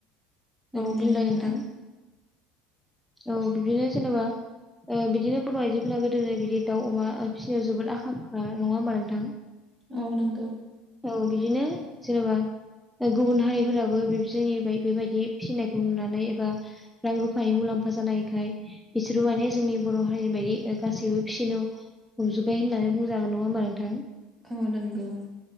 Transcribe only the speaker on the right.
दे
नोंथाङा
औ नंगौ
औ नंगौ